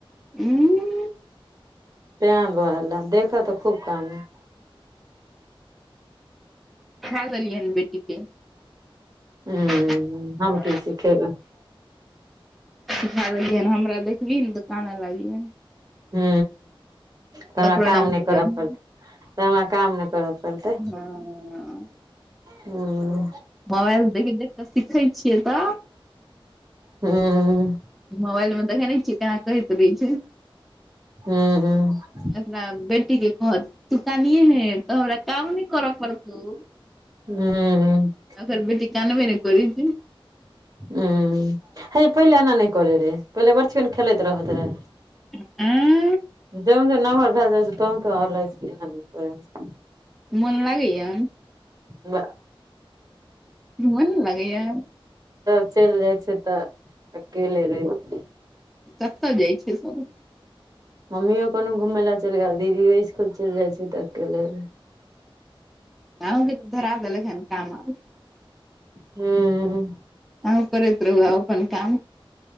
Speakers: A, in the centre; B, on the right (about 40°).
A: उ <unintelligible>
B: ते द्वारेलए देखऽ तऽ खुब कानत
A: खैदेलियैन बेेटीके
B: हूँ
A: ह <unintelligible>
B: हम की सिखेबै
A: सिखा देलियैहन हमरा देखबिहि ने तऽ कान लागिहे
B: हू त
A: ककरो
B: काम
A: लग नहि
B: नै करअ
A: देबही
B: पड़तै त हमरा काम नै करअ पड़तै
A: हँ
B: हूं
A: मोबाइल देखि देख कऽ सीखै छियै तऽ
B: ह्म
A: मोबाइल मे देखैनै छी केना कहैत रैछै
B: हू ह <unintelligible>
A: अपना बेटी के कहत तू कानिहि ने तऽ हमरा काम नै करऽ पड़तौ
B: हू <unintelligible>
A: ओकर बेटी कानबे नै करै छै
B: हू हेयै पहिले एना नै करे रहे पहिले बड़चिकन खेलैत रहत रहे
A: ए <unintelligible>
B: जो जो नमहर भेल जाइछे तो तो आर लागइ छै केना दिन करैह
A: मोन लागैया
B: ब <unintelligible>
A: मोननै लागैया
B: तब चलि जाइ छै तऽ अकेले रहै
A: कतऽ जाइ छै सब
B: हमम्मी कोननो घूमय ला चलि गेल दीदियो स्कुल चलि जाय छै त अकेले
A: आहुंके त धरा देलक हन काम आब
B: हूं
A: आहुं करैत रहू आब अपन काम